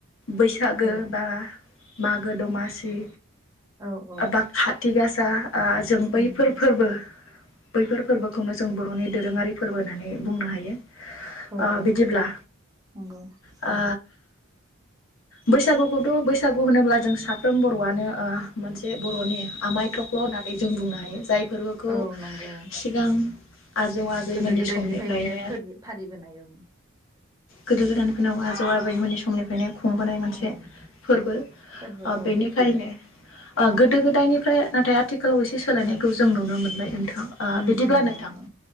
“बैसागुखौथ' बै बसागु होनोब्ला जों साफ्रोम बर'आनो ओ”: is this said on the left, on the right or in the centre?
Left